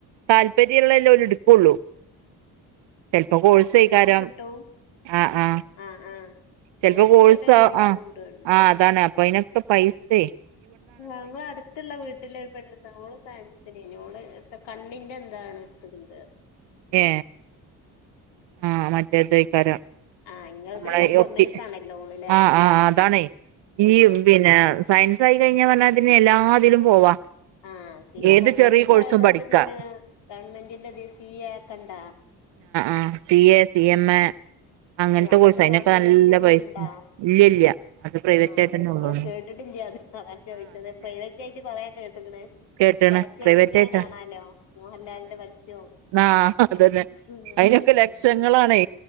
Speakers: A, on the right (about 75°); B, on the left (about 80°).
A: താല്പര്യല്ലള്ളല്ലേ ഒലെ ട് കൊള്ളു. ചിലപ്പോ കോഴ്സേക്കാരം
B: മാർക്ക് ഉണ്ടെങ്കി കിട്ടും
A: ആ. ആ
B: ആഹ് ആഹ്
A: ചിലപ്പോ
B: കോഴ്സ്
A: കോഴ്സ
B: പല കോഴ്സും
A: ആ ആ
B: ഉണ്ട് ഇന്ന്
A: ആതാണ് അപ്പൊയ്നോക്കെ പെസേയ്.
B: ഞങ്ങഅടുത്തുള്ള വീട്ടില്ഒരു പെണ്ണ്സ് ള് സയൻസിനേന്നുള്. കണ്ണിന്റെന്താണ് ഇട്ത്ത്ക്ക്ണത്.
A: ഏ ആ മറ്റേ തൈക്കാരം
B: ആഹ് ഇങ്ങളത്
A: നമ്മളെ
B: അയിന് കൊമേഴ്സ്
A: <unintelligible>
B: ആണല്ലോ ഓള്ല്ലേ
A: ആ ആ അതാണയ് ഈ
B: ആഹ്
A: പിന്നെ സയൻസ് ആയി കഴിഞ്ഞാപറഞ്ഞാതിന് എല്ലാതിലും പോവാ..
B: ആപിന്നെ
A: ഏത്
B: കൊമേഴ്സ്
A: ചെറിയ കോഴ്സും
B: ആയതൊണ്ട്
A: പഠിക്കാ
B: പിന്നെ ഗവൺമെന്റിന്റെതി സി എ ക്കണ്ട
A: ആ C A C M A. അങ്ങനത്തെ
B: ഏഹ് അതൊക്കെ
A: കോഴ്സ് അയ്നിപ്പ
B: ഗവൺമെന്റിന്റെ
A: നല്ല
B: ഇതില്
A: പൈസ
B: ഇണ്ടാ
A: ഇല്ല്യല്ല അത് പ്രൈവറ്റയ്
B: ആഹ്
A: റ്റേന്നെ
B: ഞമ്മള്
A: ള്ളൂ.
B: <unintelligible> ചോദിച്ചത് പ്രൈവറ്റായിട്ട് കൊറേ കേട്ട്ക്ണ്.
A: കേട്ടണ്
B: പരസ്യം
A: പ്രൈവറ്റ്
B: എങ്ങനെ
A: ആയിട്ടാ
B: കാണാലോ.. മോഹൻലാലിന്റെ പരസ്യവും.
A: ആ അതന്നെ
B: ഉം
A: അതിനൊക്കെ
B: അതന്നെ
A: ലക്ഷ ങ്ങ ളാണെ